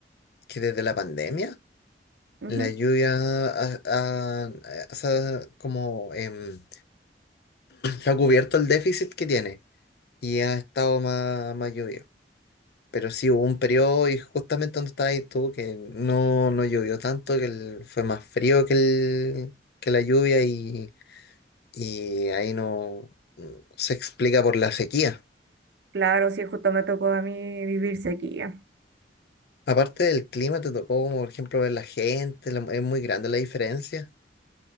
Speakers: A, on the left; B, on the right.
A: que desde la pandemia,
B: Ujú.
A: la lluvia ha, ha- ha- se ha como em, ha cubierto el déficit que tiene y ha estado más, más lluvioso. Pero sí hubo un periodo, y justamente donde estabas ahí tú, que no, no llovió tanto, que el- fue más frío que, el, que la lluvia y, y ahí no se explica por la sequía.
B: Claro, sí, justo me tocó a mí vivir sequía.
A: Aparte del clima, te tocó, como por ejemplo, ver la gente, la- es muy grande la diferencia.